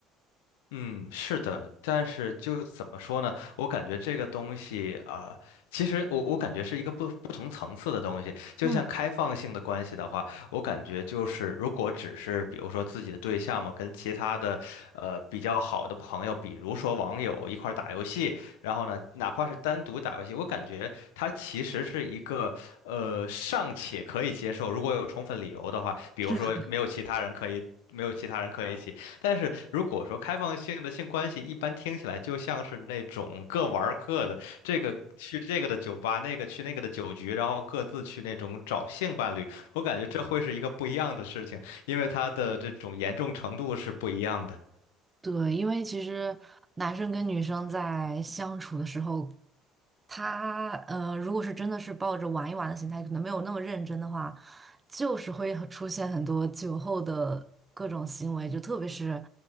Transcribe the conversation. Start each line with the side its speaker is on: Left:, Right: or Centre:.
Left: 嗯，是的，但是就怎么说呢？我感觉这个东西啊、其实我我感觉是一个不不同层次的东西。就像开放性的关系的话，
Right: 嗯，
Left: 我感觉就是如果只是比如说自己的对象嘛，跟其他的呃比较好的朋友，比如说网友一块儿打游戏，然后呢，哪怕是单独打游戏，我感觉它其实是一个呃尚且可以接受，如果有充分理由的话，比如说没有其他人可以。
Right: 是的
Left: 没有其他人可以一起，但是如果说开放性的性关系，一般听起来就像是那种各玩儿各的，这个去这个的酒吧，那个去那个的酒局，然后各自去那种找性伴侣。我感觉这会是一个不一样的事情，因为它的这种严重程度是不一样的。
Right: 对，因为其实男生跟女生在相处的时候，他呃，如果是真的是抱着玩一玩的心态，可能没有那么认真的话，就是会很出现很多酒后的各种行为，就特别是